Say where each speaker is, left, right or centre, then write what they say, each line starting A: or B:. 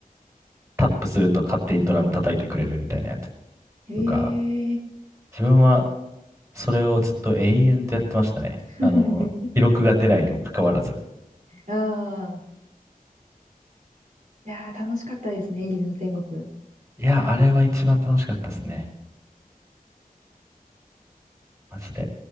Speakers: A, on the right (about 20°); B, on the right (about 55°).
A: タップすると勝手にドラム叩いてくれるみたいなやつ
B: へえ。
A: とか、自分はそれをずっと永遠とやってましたね。
B: <laughs>
A: あの、記録が出ないにもかかわらず。
B: ああ。いやー楽しかったですね、リズム天国。
A: いや、あれは一番楽しかったですね。マジで。